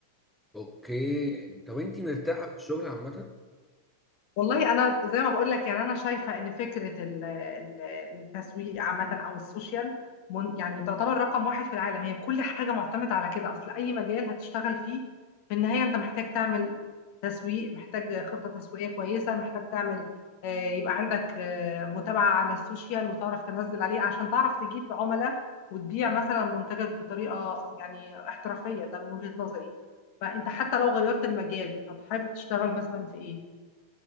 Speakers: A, in the centre; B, on the left.
A: اوكي طب انت مرتاحه في الشغل عامه
B: والله انا زي ما بقول لك يعني انا شايفه ان فكره ال- ال- التسويق عامه او السوشيال من- يعني تعتبر رقم واحد في العالم هي كل حاجه معتمده على كده اصل اي مجال هتشتغل فيه في النهايه انت محتاج تعمل تسويق محتاج خطه تسويقيه كويسه محتاج تعمل آه، يبقى عندك آه، متابعه على السوشيال وتعرف تنزل عليه عشان تعرف تجيب عملاء وتبيع مثلا منتجك بطريقه يعني احترافيه ده من وجهه نظري فانت حتى لو غيرت المجال طب حابب تشتغل مثلا في ايه